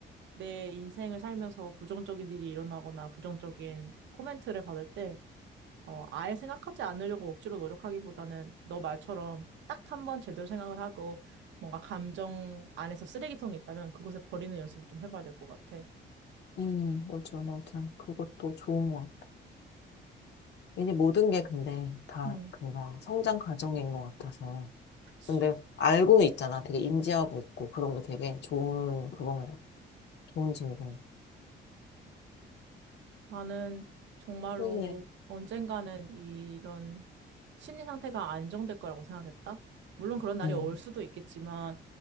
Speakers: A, on the right; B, on the left.
A: 내 인생을 살면서 부정적인 일이 일어나거나 부정적인 코멘트를 받을 때 어, 아예 생각하지 않으려고 억지로 노력하기보다는 너 말처럼 딱 한번 제대로 생각을 하고 뭔가 감정 안에서 쓰레기통이 있다면 그곳에 버리는 연습을 좀 해봐야 될 것 같아.
B: 음, 맞아, 맞아. 그것도 좋은 것 같아. 왠지 모든 게 근데 다
A: 음,
B: 그냥 성장 과정인 것 같아서.
A: 그치.
B: 근데 알고는 있잖아. 되게 인지하고 있고 그런 게 되게 좋은 그런 거 좋은 질문.
A: 나는 정말로
B: 네, 네,
A: 언젠가는 이런 심리 상태가 안정될 거라고 생각했다. 물론 그런 날이
B: 응.
A: 올 수도 있겠지만